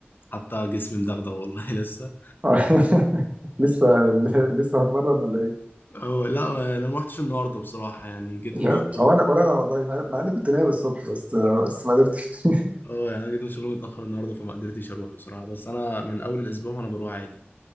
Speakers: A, on the left; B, on the right.
A: حتى جسمي مدغدغ والله <laughs> لسه
B: <laughs> لسه لسه هتمرن ولا إيه؟
A: اه لا آه، انا ما رحتش النهارده بصراحه يعني جيت
B: مش
A: من
B: عارف
A: الشغل
B: هو انا ولا
A: متاخر
B: انا والله مع مع اني كنت ناوي الصبح بس بس ما قدرتش <laughs>
A: اه يعني انا جيت من الشغل متاخر النهارده فما قدرتش اروح بصراحه بس انا من اول الاسبوع وانا بروح عادي